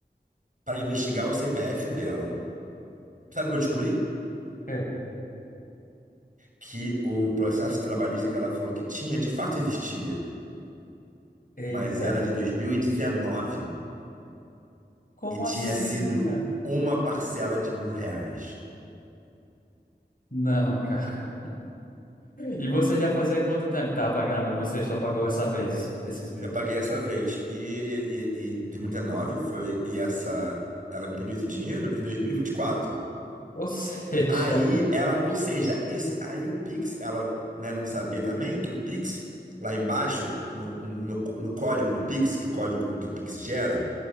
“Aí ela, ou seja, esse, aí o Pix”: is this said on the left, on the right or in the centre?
Right